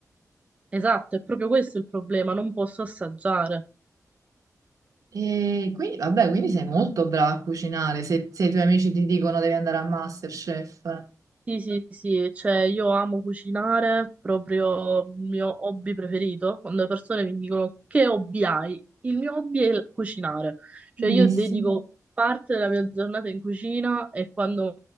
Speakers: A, on the right (about 20°); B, on the right (about 65°).
A: Esatto, è proprio questo il problema, non posso assaggiare.
B: E quindi, vabbè, quindi sei molto brava a cucinare. Se, se i tuoi amici ti dicono devi andare a MasterChef.
A: Sì, sì, sì, cioè io amo cucinare, proprio il mio hobby preferito. Quando le persone mi dicono che hobby hai, il mio hobby è il cucinare. Cioè
B: Bellissimo.
A: io dedico parte della mia giornata in cucina e quando